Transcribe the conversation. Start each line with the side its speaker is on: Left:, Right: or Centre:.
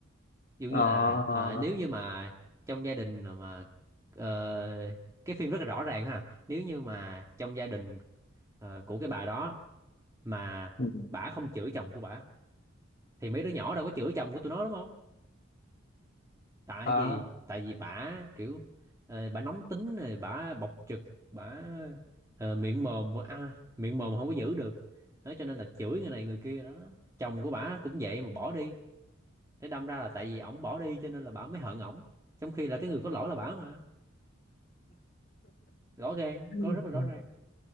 Right: ví dụ như
Left: à,
Right: là ờ, nếu như mà trong gia đình mà ờ, cái phim rất là rõ ràng ha nếu như mà trong gia đình ờ, của cái bà đó mà
Left: ừ.
Right: bả không chửi chồng của bả thì mấy đứa nhỏ đâu có chửi chồng của tụi nó đúng không tại
Left: Ờ.
Right: vì tại vì bả kiểu ờ, bả nóng tính rồi bả bộc trực bả ờ, miệng mồm à, miệng mồm không có giữ được đó cho nên là chửi người này người kia đó chồng của bả cũng vậy mà bỏ đi để đâm ra là tại vì ổng bỏ đi cho nên là bả mới hận ổng trong khi là cái người có lỗi là bả mà rõ ràng có rất
Left: <laughs>
Right: là rõ ràng